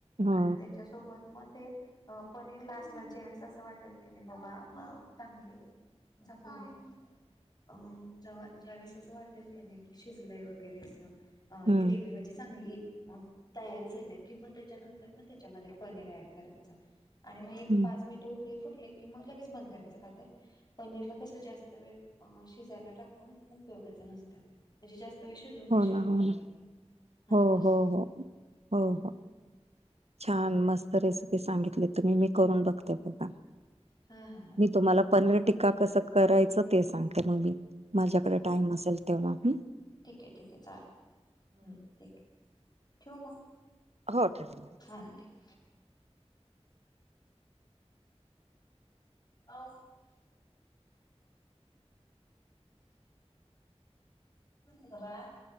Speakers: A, on the right; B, on the left.
A: हो.
B: आणि त्याच्यासोबत मग ते अ पनीरला असला ज्यावेळेस असं वाटेल की बाबा आ चांगली झाकुन अं ज ज्यावेळेस असं वाटेल का नाही की शिजलंय वगैरे असं अ
A: हं,
B: ग्रेव्ही म्हणजी चांगली तयार झाल्या कि म त्या च्यानंतर म त्येच्या मध्ये पनीर ॲड करायचं आणि म एक
A: हं.
B: पाच नीट उकळी फुटल कि लगेच बंद करायचं. का तर? पनीरला कसं जास्त वेळ अ शिजायला टाकून उपयोगाच नसतं. म्हणजे जास्त वेळ शिजवू नाही
A: हो
B: शकत
A: ना, हो
B: आपण
A: ना.
B: हा
A: हो,
B: असं
A: हो, हो. हो,
B: ह्
A: हो. छान मस्त रेसिपी सांगितली तुम्ही, मी करून बघते बघा.
B: हां हां हां चालेल
A: मी तुम्हाला पनीर टीक्का कसं करायचं ते सांगते मग मी. माझ्याकडे टाइम असेल तेव्हा हूं.
B: ठीकये ठीकये चाल. हूं ठीकये. ठेऊ मग?
A: हो ठेवा मग.
B: हा ठेव. <inaudible> <inaudible> बाळा.